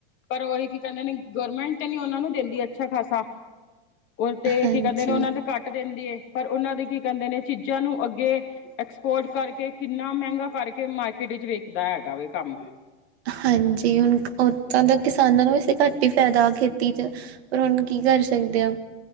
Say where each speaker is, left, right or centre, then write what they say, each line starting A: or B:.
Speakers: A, on the left (about 35°); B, on the right (about 70°).
A: ਪਰ ਉਹੀ ਕੀ ਕਹਿੰਦੇ ਨੇ, ਗੌਰਮੈਂਟ ਤੇ ਨੀ ਉਹਨਾਂ ਨੂੰ ਦਿੰਦੀ ਅੱਛਾ ਖਾਸਾ। ਉਹ ਤੇ
B: ਹਾਂਜੀ
A: ਕੀ ਕਹਿੰਦੇ ਨੇ, ਉਹਨਾਂ ਤੇ ਘੱਟ ਦਿੰਦੀ ਹੈ, ਪਰ ਉਹਨਾਂ ਦੇ ਕੀ ਕਹਿੰਦੇ ਨੇ, ਚੀਜ਼ਾਂ ਨੂੰ ਅੱਗੇ ਐਕਸਪੋਰਟ ਕਰਕੇ ਕਿੰਨਾ ਮਹਿੰਗਾ ਕਰਕੇ ਮਾਰਕੀਟ ਵਿੱਚ ਵੇਕਦਾ ਹੈਗਾ ਵੇ ਕੰਮ।
B: ਹਾਂਜੀ ਹੁਣ ਉਦਾਂ ਦਾ ਕਿਸਾਨਾਂ ਨੂੰ ਵੇਸ ਘੱਟ ਹੀ ਫ਼ਾਇਦਾ ਖੇਤੀ ਚ। ਪਰ ਹੁਣ ਕੀ ਕਰ ਸਕਦੇ ਆ।